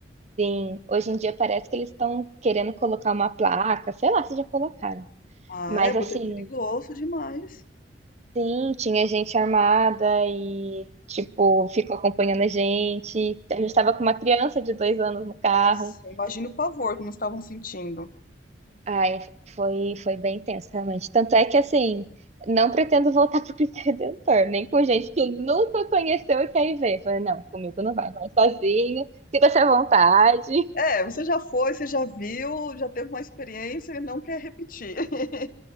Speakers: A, on the right; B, on the left.
A: sim, hoje em dia parece que eles estão querendo colocar uma placa, sei lá se já colocaram.
B: Ah,
A: Mas
B: é, porque
A: assim,
B: é perigoso demais.
A: sim, tinha gente armada e, tipo, ficou acompanhando a gente. A gente
B: Uhum.
A: estava com uma criança de dois anos no carro.
B: Nossa, imagina o pavor que nós estavam sentindo.
A: Ai, foi, foi bem tenso, realmente. Tanto é que, assim, não pretendo voltar pro Cristo Redentor, nem com gente que nunca conheceu e quer ir ver. Falei, não, comigo não vai, vai sozinho, sinta-se à vontade.
B: É, você já foi, você já viu, já teve uma experiência e não quer repetir. <laughs>